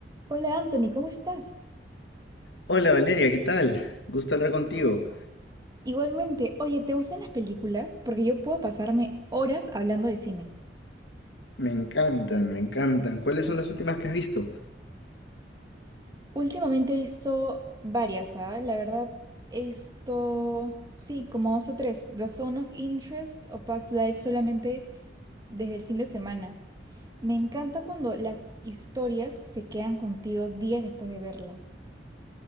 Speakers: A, on the right; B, on the left.
A: Hola Anthony, ¿cómo estás?
B: Hola Valeria, ¿qué tal? Gusto hablar contigo.
A: Igualmente, oye, ¿te gustan las películas? Porque yo puedo pasarme horas hablando de cine.
B: Me encantan, me encantan. ¿Cuáles son las últimas que has visto?
A: Últimamente he visto varias, ¿ah? La verdad, he visto, sí, como dos o tres, The Zone of Interest o Past Lives solamente desde el fin de semana. Me encanta cuando las historias se quedan contigo días después de verla.